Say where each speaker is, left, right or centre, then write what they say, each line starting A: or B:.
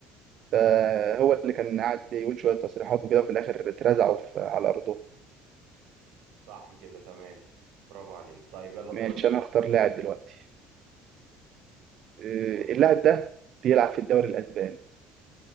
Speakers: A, on the right; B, on the right.
A: فهو اللي كان قاعد يقول شويه تصريحات وكده وفي الاخر اترزعوا في- على ارضهم
B: صح كده تمام برافو عليك طيب يلا دورك
A: ماشي
B: يا باشا
A: انا هختار لاعب دلوقتي آه،
B: قول يا
A: اللاعب
B: باشا
A: ده
B: معاك
A: بيلعب في الدوري الاسباني